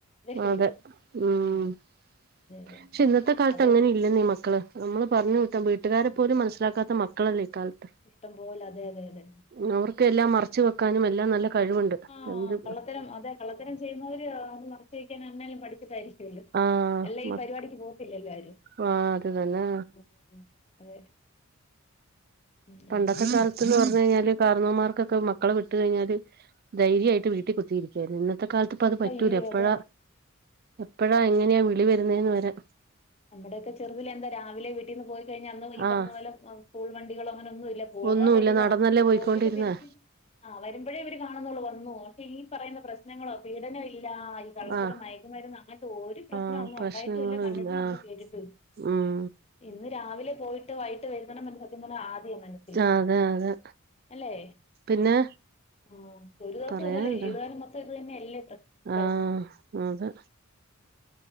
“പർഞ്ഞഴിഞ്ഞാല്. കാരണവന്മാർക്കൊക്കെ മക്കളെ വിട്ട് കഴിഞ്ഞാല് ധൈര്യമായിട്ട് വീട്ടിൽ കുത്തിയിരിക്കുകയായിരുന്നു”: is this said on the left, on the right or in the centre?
Right